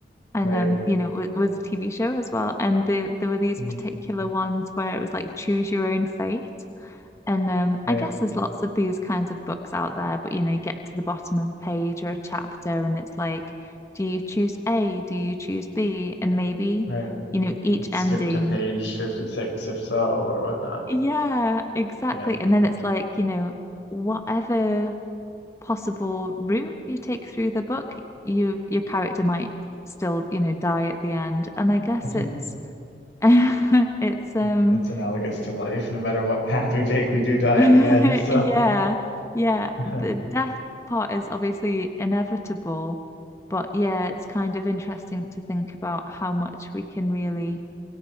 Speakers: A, on the left; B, on the left.
A: And
B: Right.
A: um, you know, it was a TV show as well. And there, there were these
B: Mm,
A: particular ones where it was like choose your own fate. And um,
B: Right.
A: I guess there's lots of these kinds of books out there, but you know, you get to the bottom of a page or a chapter, and it's like, do you choose A? Do you choose B? And maybe,
B: Right.
A: you know, each
B: And skip
A: ending.
B: to page 56 if so, or whatnot.
A: Yeah, exactly.
B: Yeah.
A: And then it's like, you know, whatever possible route you take through the book, you your character might still, you know, die at the end. And I guess
B: <laughs>
A: it's <laughs> it's um
B: Well, that's analogous to life. No matter what path we take, we do
A: <laughs>
B: die
A: yeah,
B: at the end. So,
A: yeah,
B: <laughs>
A: the death part is obviously inevitable, but yeah, it's kind of interesting to think about how much we can really